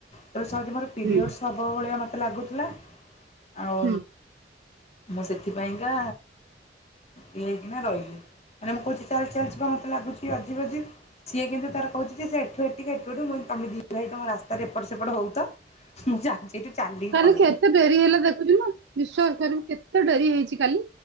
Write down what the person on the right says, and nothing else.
ହୁଁ
ହୁଁ
କାଲି
କେତେ ଡେରି ହେଲା ଦେଖୁଛୁ ନା, ବିଶ୍ଵାସ କରିବୁ କେତେ ଡେରି ହେଇଛି କାଲି।